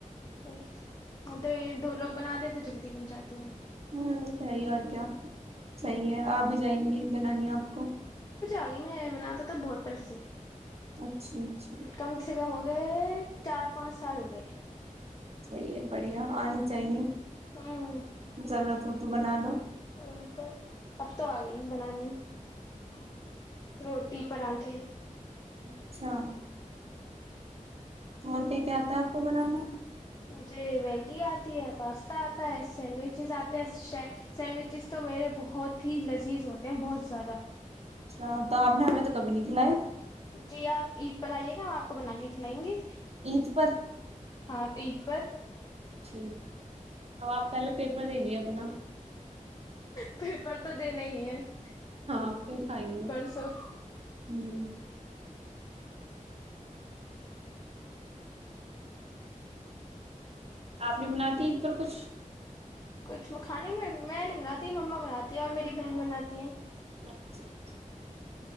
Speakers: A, on the left; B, on the right.
A: وہی تو <unintelligible> ہاں تو یہ دو لوگ بناتے ہیں تو جلدی بن جاتی ہے <unintelligible>
B: ہاں صحیح اور کیا صحیح ہے آپ بھی جائیں گی <unintelligible> بنانی ہے آپ کو <unintelligible>
A: آگی میں بناتا تھا بہت پل سے <unintelligible>
B: اچھا اچھا <unintelligible>
A: کم سے کم ہو گئے چار پانچ سال ہو گئے <unintelligible>
B: چلیے بڑھیا آنے چاہیے <unintelligible>
A: ہوں
B: ضرورت ہو تو بنا لو <unintelligible>
A: وہ تو اب تو آ گئی بنانی <unintelligible> روٹی پراٹے <unintelligible>
B: اچھا <unintelligible> اور کیا کیا آتا ہے آپ کو بنانا <unintelligible>
A: مجھے میگی آتی ہے پاستا آتا ہے سینڈوچز آتے ہیں سینڈوچز تو میرے بہت ہی لذیذ ہوتے ہیں بہت زیادہ
B: اچھا تو آپ نے ہمیں تو کبھی نہیں کھلائے
A: جی آپ عید پر آئیے گا ہم آپ کو بنا کے کھلائیں گے <unintelligible>
B: عید پر
A: ہاں ایکج پر <unintelligible>
B: ٹھیک <inaudible> ا آپ پہلے پیپر دین ہے اپنا
A: پیپر تو دینے ہی ہے <unintelligible>
B: ہاں پس ہی نہیں
A: پرسوں
B: ہ <unintelligible> آپ نہیں بناتی ا پر کچھ <unintelligible>
A: کچھ کانے میں میں نہیں بناتی ما بناتی ہیں اور میری بہن بناتی ہیں <unintelligible>
B: اچھا اچھا